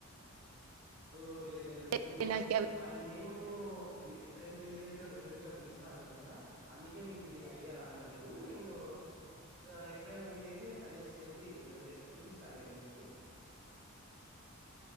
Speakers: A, on the right; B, on the right.
A: ఓ లేదు లేదు నేను
B: తెలియదు నాకు అవి
A: అది నేము డిఫరెంట్ విలేజెస్ లో డిఫరెంట్ గా పిలుస్తారనుకుంటా అందుకే మీకు ఈ ఐడియా రాడం లేదు నేను ఓ ఎప్పుడైనా వీలైతే సజెస్ట్ చేస్ సీ అదే చూపిస్తాలేండి మీకీ